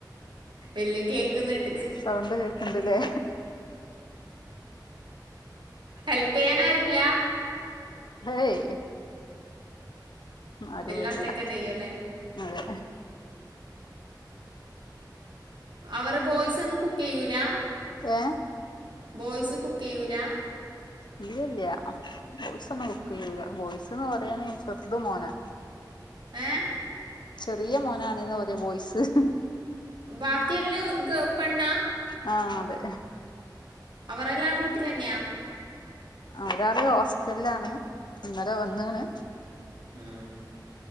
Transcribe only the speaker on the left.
സൗണ്ട് കേക്കണ്ടില്ലേ
ഏയ്‌ അരു
വരൂല
അതെ
ഏ
ഇല്ലല്ല ബോയ്സ് ഒന്നും
കുക്ക് ചെയ്ല്ല ബോയ്സ്ന്ന് പറയാന് ചെറുതും മോനാ
ചെറിയ മോനാണ്ന്ന് പറയ ബോയ്സ്
ആ അതെ
ഒരാള് ഹോസ്റ്റലിലാണ് ഇന്നലെ വന്നണ്